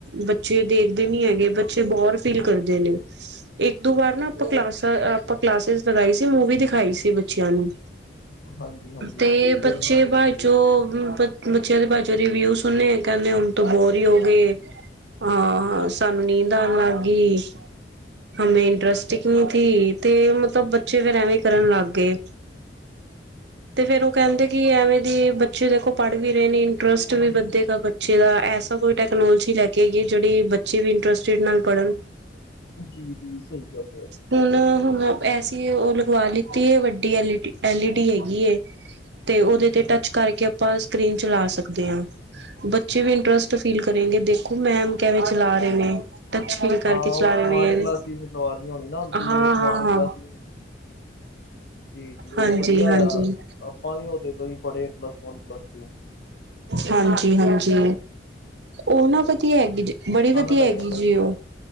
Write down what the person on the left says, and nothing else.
ਹਾਂਜੀ ਹਾਂਜੀ
ਨਹੀਂ
ਹਾਂਜੀ,
ਜੀ ਜੀ ਸਹੀ ਗੱਲ ਐ।
ਜੀ-ਜੀ
ਓਕੇ,
ਹਾਂ
ਉਹ ਸਮਾਰਟ
ਕਲਾਸਿਸ ਲਵਾ ਦੀ ਹੋਣੀ ਨਾ ਉਹ
ਸਮਾਰਟ
ਕਲਾਸਿਸ। ਜੀ, ਜੀ ਉਹ
ਵਧੀਆ
ਆ ਆਪਾਂ ਵੀ ਉਹਦੇ ਤੋਂ ਹੀ ਪੜੇ ਪਲੱਸ ਵਨ ਪਲੱਸ ਟੂ।
ਮਨ ਲੱਗਿਆ
ਰਹਿੰਦਾ
ਆ,